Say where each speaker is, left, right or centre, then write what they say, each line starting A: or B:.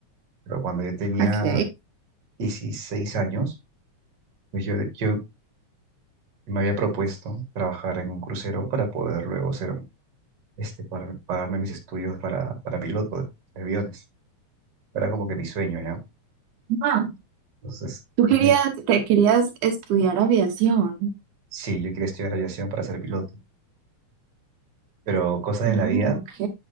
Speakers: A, on the right; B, on the right.
A: pero cuando yo tenía
B: Ok.
A: 16 años, pues yo, yo me había propuesto trabajar en un crucero para poder luego ser un, este, para pagarme mis estudios para, para piloto de aviones. era como que mi sueño, ¿no?
B: Ah,
A: Entonces,
B: tú querías,
A: yo quería-
B: te querías estudiar aviación.
A: sí, yo quería estudiar aviación para ser piloto, pero cosas
B: Mm,
A: de la vida,
B: ok.